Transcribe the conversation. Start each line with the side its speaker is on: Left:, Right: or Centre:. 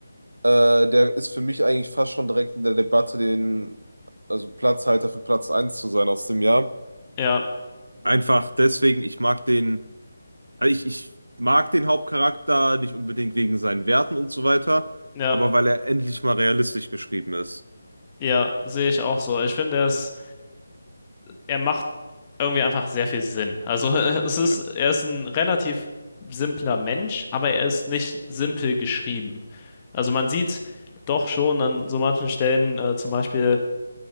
Right: Äh, der ist für mich eigentlich fast schon direkt in der Debatte, den, also Platzhalter für Platz eins zu sein aus dem Jahr.
Left: Ja,
Right: Einfach deswegen, ich mag den, also ich, ich mag den Hauptcharakter nicht unbedingt wegen seinen Werten und so weiter,
Left: ja,
Right: aber weil er endlich mal realistisch geschrieben ist.
Left: ja, sehe ich auch so. Ich finde, er ist, er macht irgendwie einfach sehr viel Sinn. Also <laughs> es ist,
Right: Ja.
Left: er ist ein relativ simpler Mensch, aber er ist nicht simpel geschrieben. Also man sieht doch schon an so manchen Stellen, äh, zum Beispiel